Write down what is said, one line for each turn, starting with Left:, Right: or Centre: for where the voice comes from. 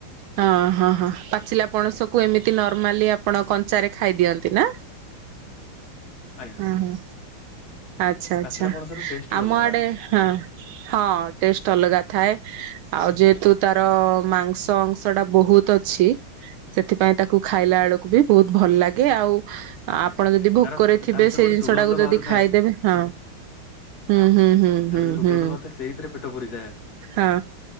Right: ହଁ ହଁ ହଁ ପାଚିଲା ପଣସକୁ ଏମିତି ନର୍ମାଲି ଆପଣ କଞ୍ଚାରେ ଖାଇଦିଅନ୍ତି ନାଁ?
Left: ଆଜ୍ଞା
Right: ହଁ ହଁ ଆଚ୍ଛା ଆଚ୍ଛା।
Left: ପାଚିଲା ପଣସର ଟେଷ୍ଟ ହିଁ
Right: ଆମ
Left: ଅଲଗା
Right: ଆଡ଼େ ହଁ ହଁ ଟେଷ୍ଟ୍ ଅଲଗା ଥାଏ ଆଉ ଯେହେତୁ ତାର ମାଂସ ଅଂଶ ତଟା ବୋହୁତ ଅଛି ସେଥିପାଇଁ ତାକୁ ଖାଇଲା ଅଳୁକୁ ବି ବୋହୁତ ଭଲ ଲାଗେ ଆଉ ଆ ଆପଣ
Left: ଆଜ୍ଞା
Right: ଯଦି ଭୋକରେ
Left: ତାର
Right: ଥିବେ
Left: ତା ଭିତରୁ
Right: ସେ
Left: ଗୋଟେ
Right: ଜିନିଷଟାକୁ
Left: ସୁଗନ୍ଧ
Right: ଯଦି
Left: ବାହାରୁଥାଏ
Right: ଖାଇଦେବେ ହଁ ହୁଁ ହୁଁ ହୁଁ
Left: ତା
Right: ହୁଁ
Left: ଭିତରୁ ସୁଗନ୍ଧ
Right: ହୁଁ
Left: ବାହାରୁଥାଏ ସେଇଥିରେ ପେଟ ପୁରିଯାଏ
Right: ହଁ